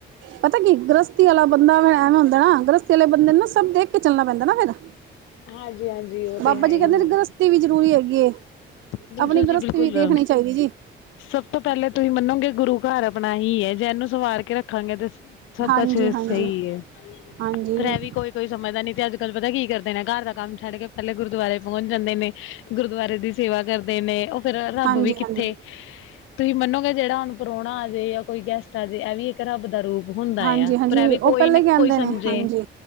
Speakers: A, on the right; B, on the left.
A: ਪਤਾ ਕੀ ਗ੍ਰਸਤੀ ਵਾਲਾ ਬੰਦਾ ਐਵੇਂ ਹੁੰਦਾ ਨਾ ਗ੍ਰਸ ਚਲੇ ਬੰਦੇ ਨੇ ਨਾ ਸਭ ਦੇਖ ਕੇ ਚੱਲਣਾ ਪੈਂਦਾ ਨਾ ਫਿਰ
B: ਹਾਂਜੀ ਹਾਂਜੀ ਉਹ ਤੇ
A: ਬਾਬਾ
B: ਹੈ
A: ਜੀ
B: ਹੀ
A: ਕਹਿੰਦੇ ਗ੍ਰਸ ਵੀ ਜਰੂਰੀ ਹੈਗੀ
B: ਬਿਲਕੁਲ
A: ਆਪਣੀ ਗ੍ਰਸਤੀ
B: ਜੀ ਬਿਲਕੁਲ
A: ਵੀ ਦੇਖਣੀ ਚਾਹੀਦੀ ਜੀ।
B: ਸਭ ਤੋਂ ਪਹਿਲੇ ਤੁਸੀਂ ਮੰਨੋ ਗੇ ਗੁਰੂ ਘਰ ਆਪਣਾ ਇਹੀ ਏ ਜੇ ਇਹਨੂੰ ਸਵਾਰ ਕੇ ਰੱਖਾਂਗੇ ਤੇ ਸਭ
A: ਹਾਂਜੀ
B: ਕ ਸੇ
A: ਹਾਂਜੀ
B: ਸਹੀ ਏ
A: ਹਾਂਜੀ
B: ਫਰੈ ਇਹ ਵੀ ਕੋਈ ਕੋਈ ਸਮਝਦਾ ਨੀ ਤੇ ਅੱਜ ਕੱਲ ਪਤਾ ਕੀ ਕਰਦੇ ਨੇ ਘਰ ਦਾ ਕੰਮ ਛੱਡ ਕੇ ਪਹਿਲੇ ਗੁਰਦੁਆਰੇ ਪਹੁੰਚ ਜਾਂਦੇ ਨੇ। ਗੁਰਦੁਆਰੇ ਦੀ ਸੇਵਾ ਕਰਦੇ ਨੇ ਉਹ ਫਿਰ ਰੱਬ
A: ਹਾਂਜੀ
B: ਵੀ ਕਿੱਥੇ
A: ਹਾਂਜੀ
B: ਤੁਸੀਂ ਮੰਨੋਗੇ ਜਿਹੜਾ ਹੁਣ ਪ੍ਰਾਹੁਣਾ ਆ ਜੇ ਜਾਂ ਕੋਈ ਗੈਸਟ ਆ ਜਾ ਇਹ ਵੀ ਇੱਕ ਰੱਬ ਦਾ ਰੂਪ ਹੁੰਦਾ
A: ਹਾਂਜੀ
B: ਆ
A: ਹਾਂਜੀ
B: ਪਰ ਇਹ ਵੀ
A: ਉਹ
B: ਕੋਈ
A: ਪਹਿਲਾਂ
B: ਨਾ
A: ਹੀ ਕਹਿੰਦੇ
B: ਕੋਈ ਸਮਝੇ।
A: ਨੇ ਹਾਂਜੀ
B: <inaudible>